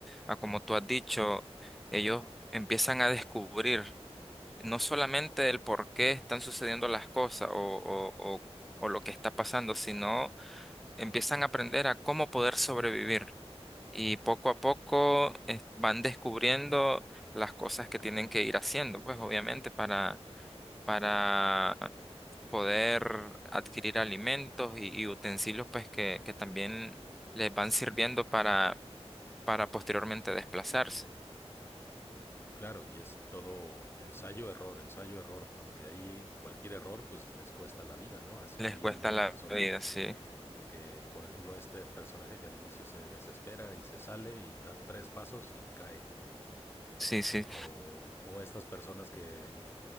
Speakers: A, in the centre; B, on the left (about 20°).
A: ah, como tú has dicho, ellos empiezan a descubrir no solamente el por qué están sucediendo las cosas o, o o- o lo que está pasando, sino empiezan a aprender a cómo poder sobrevivir y poco a poco eh, van descubriendo las cosas que tienen que ir haciendo, pues obviamente para, para poder adquirir alimentos y, y utensilios pues que, que también les van sirviendo para, para posteriormente desplazarse.
B: Claro, y es todo ensayo-error, ensayo-error, aunque ahí cualquier error pues les cuesta la vida, ¿no? Así-
A: Les
B: Hay
A: cuesta
B: algunos
A: la
B: personajes
A: vida, sí,
B: que, por ejemplo, este personaje que al inicio se desespera y se sale y da tres pasos y cae, ¿no?
A: sí, sí.
B: O, o estas personas que,